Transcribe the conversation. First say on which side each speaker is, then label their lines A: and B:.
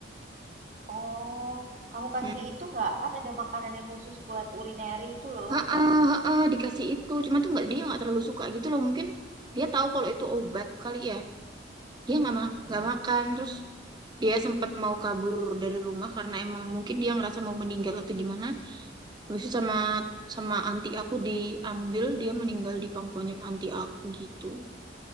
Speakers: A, on the right; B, on the right.
A: oh. Kamu kasih
B: Hmm.
A: itu nggak? Kan ada makanan yang khusus buat urinary itu loh.
B: Heeh, heeh, dikasih itu cuma tuh nggak dia nggak terlalu suka gitu loh mungkin dia tahu kalau itu obat kali ya dia nggak ma
A: Hmm.
B: nggak makan terus dia sempat mau kabur dari rumah karena emang mungkin dia ngerasa mau meninggal atau gimana habis itu sama sama anti aku diambil dia meninggal di pangkuannya anti aku gitu